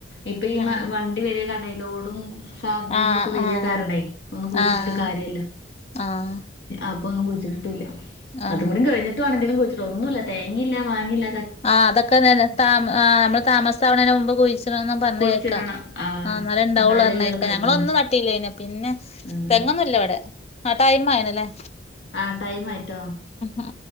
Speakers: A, on the left (about 65°); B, on the left (about 35°).
A: ഇപ്പൊ ഈ
B: ആഹ്
A: മ വണ്ടി വരിക കണ്ട ലോടും സാധ്യത്ങ്ങളൊക്കെ
B: ആഹ്
A: വലിയ
B: ആഹ്
A: കാരണായി ഒന്നും കുയ്ച്ചിട്ടിട്ട്
B: ആഹ്
A: കാര്യല്ല
B: ആഹ്
A: അപ്പൊന്നും കുഴിച്ചിട്ടിട്ടൂല്ല
B: ആഹ്
A: അതുംകൂടി കഴിട്ട് വേണം എന്തെങ്കിലും കുഴിച്ചിടാൻ ഒന്നുമല്ല തേങ്ങയില്ല മാങ്ങില്ല
B: ആ അതൊക്കെ നെന് താ ആ് നമ്മള് താമസാവണേന് മുമ്പ് കുഴിച്ചിട്ണ്ന്ന് പറഞ്ഞഞ്
A: കുഴിച്ചിടണം
B: കേക്കാം ആഹ് ന്നരംഇണ്ടാവളരണക്ക
A: എന്നാലല്ലേ ഉള്ളൂ കായ്ക്കൂ
B: ഞങ്ങള ഒന്നും നട്ടീല്ലനെ പിന്നെ
A: ആഹ്
B: തെങ്ങൊന്നുംഇല്ല ഇവിടെ ആ ടൈമീ മഴേനെല്ലേ
A: ആ ടൈം ആയിട്ടോ
B: ആ